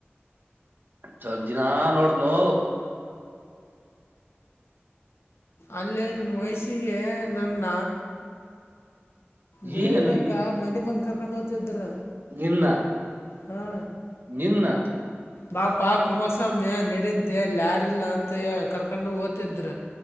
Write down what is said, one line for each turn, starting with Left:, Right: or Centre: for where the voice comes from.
Right: ಚಲ್ ದಿನಾ ನೋಡ್ತನೋ
Left: ಅಲ್ಲಿ ನಿಮ್ಮ ವಯಸ್ಸಿಗೆ ನನ್ನ ದೇವ್
Right: ಏನು
Left: ಹಿಡಿಯೋಕೆ ಮನಿಗ್ ಬಂದ್ ಹೋಗ್ತಿದ್ರ
Right: ನಿನ್ನ
Left: ಹಾ
Right: ನಿನ್ನ
Left: ಬಾಪಾ ಕುಮಾರಸ್ವಾಮಿ ಅಲ್ಲಿಡಂತೀ ಅಲ್ಯಾರಿಲ್ಲ ಅಂತ ಕರ್ಕೊಂಡು ಓತಿದ್ರ